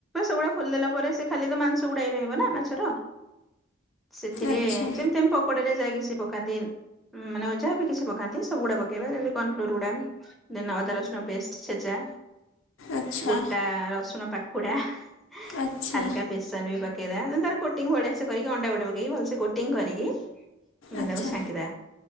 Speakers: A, in the centre; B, on the left.
A: ସବୁଗୁଡା ଖୋଲିଦେଲା ପରେ ସେ ଖାଲି ତ ମାଂସ ଗୁଡା ହି ରହିବ ନା ମାଛର ସେଥିରେ
B: ଆଚ୍ଛା
A: ଯେମିତି ଆମେ ପକୋଡାରେ ଯାଇକି ସେ ପକାନ୍ତି ମାନେ ଯାହା ବି କିଛି ପକାନ୍ତି ସବଗୁଡା ପକେଇବେ ଯେମିତି କର୍ଣ୍ଣ ଫ୍ଲୋର ଗୁଡ଼ା ଦିନ ଅଦା ରସୁଣ ପେଷ୍ଟ ଛେଚା।
B: ଆଚ୍ଛା
A: ଗୋଟା ରସୁଣ ପାଖୁଡା ହାଲକା
B: ଆଚ୍ଛା
A: ବେଶୀ ବି ପକେଇ ତାର କୋଟିଙ୍ଗ ବଢିଆ ସେ କରି ଅଣ୍ଡାଟେ ପକେଇକ ଭଲସେ କୋଟିଂ କରିକି ସେନାକୁ
B: ଆଚ୍ଛା
A: ଛାଙ୍କିବା